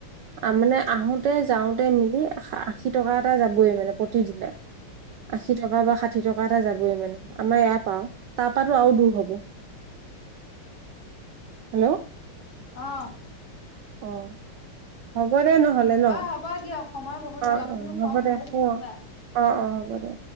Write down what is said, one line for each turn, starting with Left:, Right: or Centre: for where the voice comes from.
Right: আৰু মানে আহোতে যাওঁতে মিলি আশী টকা এটা যাবই মানে প্ৰতিদিনা আশী টকা বা ষাঠি টকা এটা যাবই মানে আমাৰ এয়া পাও তাৰপাতো আৰু দূৰ হব হেল্ল'
Left: অহ
Right: অ হ'ব দে নহলে ন
Left: অ', হ'ব দিয়ক সময় বহুত
Right: অ
Left: হ'ল আপুনিও
Right: অ হ'ব
Left: শুৱক
Right: দে
Left: ময়ো
Right: শুৱ
Left: শুওঁগৈ
Right: অ অ হ'ব দে